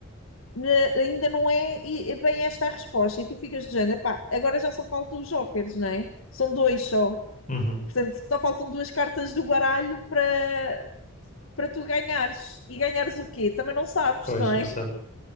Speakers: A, on the left (about 65°); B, on the left (about 35°).
A: né, ainda não é e- é bem esta a resposta, e tu ficas de género, pá, agora já só faltam os jokers, não é? São dois só.
B: Uhum.
A: Portanto, só faltam duas cartas do baralho para para tu ganhares. E ganhares o quê? Também não sabes,
B: Pois,
A: não é?
B: não sabes.